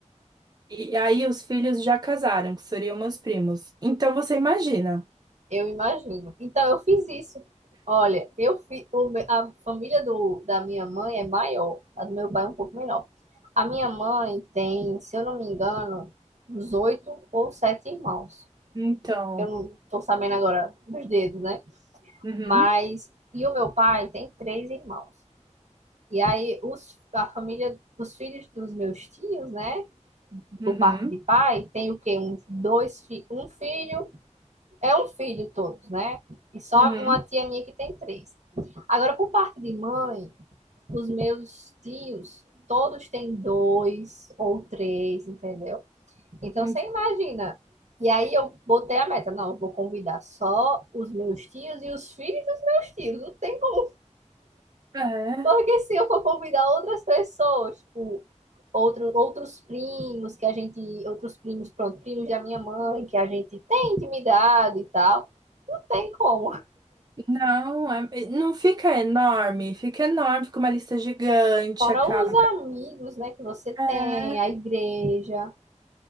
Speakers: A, on the right; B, on the right.
A: E aí os filhos já casaram, que seriam meus primos. Então você imagina.
B: eu imagino. Então, eu fiz isso. Olha, eu fi- o me- a família do, da minha mãe é maior, a do meu pai é um pouco menor. A minha mãe tem, se eu não me engano, uns oito ou sete irmãos.
A: Então,
B: Eu não estou sabendo agora dos dedos, né?
A: uhum,
B: Mas, e o meu pai tem três irmãos. E aí os, a família, os filhos dos meus tios, né?
A: uhum,
B: Por parte de pai, tem o quê? Um, dois, fi- um filho, é um filho todos, né? E só
A: uhum.
B: uma tia minha que tem três. Agora, por parte de mãe, os meus tios, todos têm dois ou três, entendeu? Então,
A: uhum.
B: você imagina. E aí eu botei a meta, não, eu vou convidar só os meus tios e os filhos dos meus tios. Não tem como
A: É,
B: porque se eu for convidar outras pessoas, tipo, outro, outros primos que a gente, outros primos, pronto, primos da minha mãe, que a gente tem intimidade e tal, não tem como.
A: não, é- não fica enorme, fica enorme, fica uma lista gigante,
B: Fora
A: acaba.
B: os amigos, né, que você tem,
A: É,
B: a igreja.